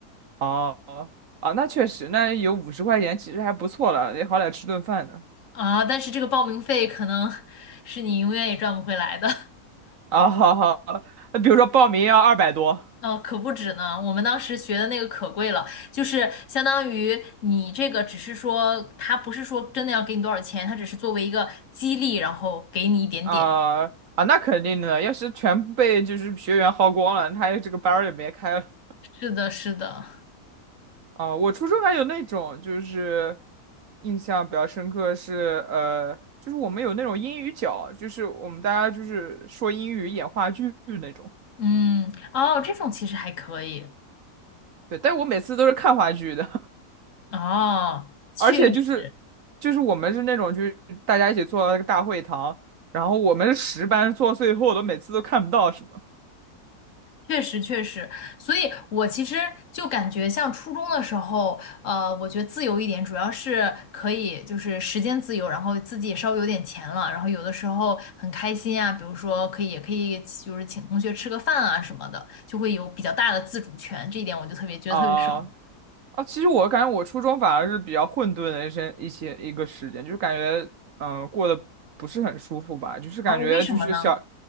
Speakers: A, on the right; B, on the left.
A: 哦啊，哦那确实，那有五十块钱其实还不错了，也好歹吃顿饭呢。
B: 啊，但是这个报名费可能 <laughs> 是你永远也赚不回来的。<laughs>
A: 啊，好好，那比如说报名要二百多
B: 哦，可不止呢。我们当时学的那个可贵了，就是相当于你这个只是说，他不是说真的要给你多少钱，他只是作为一个激励，然后给你一点点。
A: 啊啊，那肯定的，要是全部被就是学员薅光了，他这个班儿也别开了。
B: 是的，是的，
A: 啊，我初中还有那种就是印象比较深刻是呃，就是我们有那种英语角，就是我们大家就是说英语演话剧那种。
B: 嗯，哦，这种其实还可以，
A: 对，但我每次都是看话剧的。
B: 哦，确实，
A: 而且就是就是我们是那种就是大家一起坐到那个大会堂，然后我们是十班坐最后的，每次都看不到什么
B: 确实确实，所以我其实就感觉像初中的时候，呃，我觉得自由一点，主要是可以就是时间自由，然后自己也稍微有点钱了，然后有的时候很开心啊，比如说可以也可以就是请同学吃个饭啊什么的，就会有比较大的自主权，这一点我就特别觉得特别爽。
A: 啊、啊，其实我感觉我初中反而是比较混沌的一些一些一个时间，就是感觉嗯、呃过得不是很舒服吧，就是感觉就是小，
B: 哦，为什么呢？